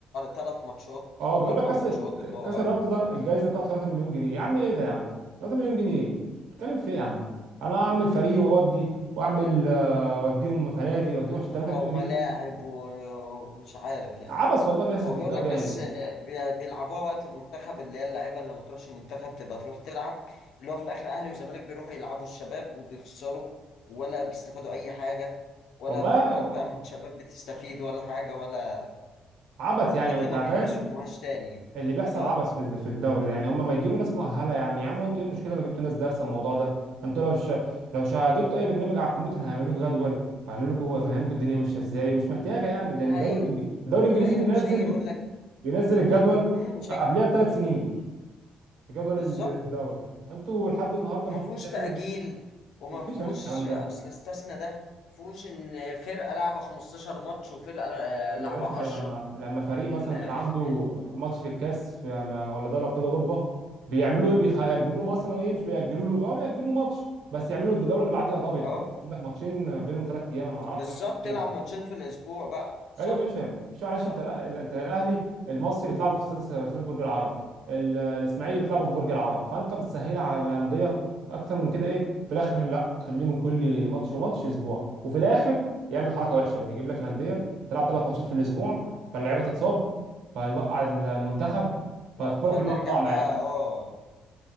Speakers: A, on the left; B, on the right.
A: ثلاث ماتشات
B: اه
A: ولا
B: بيقول
A: اربع
B: لك كاس
A: ماتشات اللي هو
B: كاس الرابط ده الجايزه بتاعته 3 مليون جنيه يا عم ايه ده يا عم 3 مليون جنيه بتتكلم في ايه يا عم انا اعمل فريق واودي واعمل آه، اوديهم فنادي واوديهم
A: بطولة
B: عشان 3 مليون
A: وملاعب
B: جنيه
A: و- ومش عارف يعني
B: عبث والله بيحصل
A: هو
B: في
A: بيقول
B: الدوري
A: لك بس
B: يعني
A: بي- بيلعبوها وقت المنتخب اللي هي اللعيبة اللي ما تروحش المنتخب تبقى تروح تلعب اللي هو في الاخر اهلي وزمالك بيروحوا يلعبوا الشباب وبيخسروا ولا بيستفادوا اي حاجة ولا
B: والله
A: فكك بقى من شباب بتستفيد ولا حاجة ولا
B: عبث يعني
A: كده كده
B: وانت
A: ما
B: فاهم
A: بيسموهاش تاني
B: اللي بيحصل
A: اه
B: عبث في ال- في الدوري ده يعني هم ما يجيبوا ناس مؤهله يا عم يا عم انتوا ايه المشكله لو جبتوا ناس دارسه الموضوع ده انتوا لو ش... لو ش... جبتوا اي برنامج على الكمبيوتر هيعمل لكم جدول وهيعمل لكم يفهمكم الدنيا ماشيه ازاي مش محتاجه يعني ده
A: دي
B: الدوري
A: حقيقة
B: الإنج- الدوري
A: دي
B: الانجليزي
A: حقيقة
B: بينزل
A: مش هيجي يقول لك
B: بينزل الجدول
A: مم، مش
B: بقى
A: هيجي
B: قبلها بثلاث سنين الجدول
A: بالظبط
B: الدوري انتوا لحد النهارده
A: وما
B: مش قادرين
A: فيهوش تأجيل
B: تعملوا
A: وما
B: مفيش
A: فيهوش
B: يا باشا الكلام
A: اصل
B: ده
A: استثنى ده فيهوش ان فرقة لعبة 15 ماتش وفرقة آه،
B: يا يا
A: لعبة
B: باشا ده
A: 10
B: لما لما فريق
A: ان
B: مثلا
A: <laughs>
B: بيبقى عنده ماتش في الكاس في ولا دوري ابطال اوروبا بيعملوا ايه بيخ- بيأجلوه
A: مم.
B: مثلا ايه مش بيأجلوا له اه بيأجلوا له ماتش بس يعملوا الجوله اللي بعديها دبل
A: اه
B: عندك ماتشين بينهم ثلاث ايام انا ما اعرفش
A: بالظبط
B: حاجه اسمها كده
A: تلعب ماتشين في الاسبوع بقى صح
B: ايوه يا باشا مش معلش
A: صح
B: انت لا ال- انت الاهلي المصري بتلعبوا في استاد استاد برج العرب ال- الاسماعيلي بتلعبوا
A: مم.
B: في برج العرب فانت بتسهلها على الانديه اكتر من كده ايه في الاخر لا خليه من كل ماتش وماتش اسبوع وفي الاخر يعمل حركه
A: مم.
B: وحشه بقى يجيب لك الانديه تلعب ثلاث ماتشات في الاسبوع فاللعيبه تتصاب فيوقع المنتخب فالكره
A: ف- فنرجع
B: كلها تقع معاه
A: بقى اه